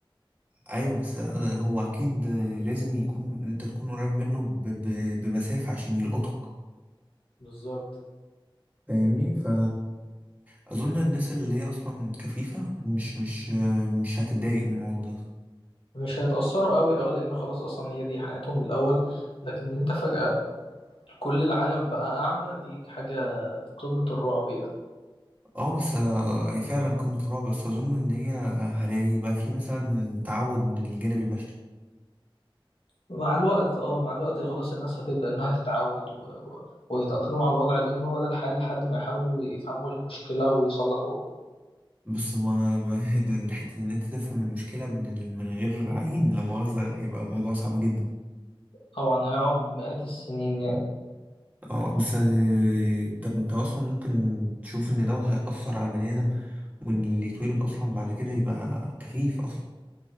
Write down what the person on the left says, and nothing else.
بالظبط
مش هيتأثروا قوي اه لان خلاص اصلا هي دي حياتهم من الاول لكن انت فجأة كل العالم بقى أعمى دي حاجة في قمة الرعب يعني
مع الوقت اه مع الوقت خلاص الناس هتبدأ إنها تتعود و... و- ويتأقلموا على الوضع لأن هو ده الحال لحد ما يحاولوا يفهموا إيه المشكلة ويصلحوها
طبعا هيقعد مئات السنين يعني